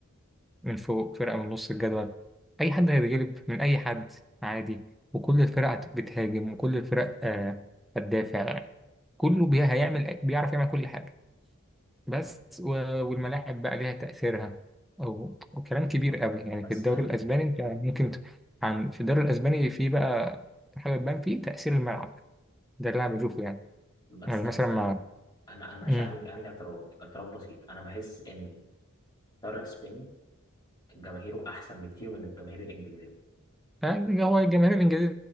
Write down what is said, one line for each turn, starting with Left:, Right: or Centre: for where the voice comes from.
Centre: من فوق فرقة من نص الجدول أي حد هيتغلب من أي حد عادي وكل الفرق هت- بتهاجم وكل الفرق آه، هتدافع كله بي- هيعمل بيعرف يعمل كل حاجة بس و- والملاعب بقى ليها تأثيرها أو وكلام كبير قوي يعني
Left: بس
Centre: في الدوري
Left: انا
Centre: الأسباني أنت ممكن ت- عن في الدوري الأسباني في بقى حاجة تبان فيه تأثير الملعب ده اللي أنا بشوفه يعني
Left: بس
Centre: يعني
Left: بس
Centre: مثلا ما
Left: انا انا أنا ماشي
Centre: مم.
Left: عندي عندي اعتراض اعتراض بسيط انا بحس ان الدوري الاسباني جماهيره احسن بكتير من الجماهير الانجليزيه
Centre: يعني هو الجماهير الإنجليزية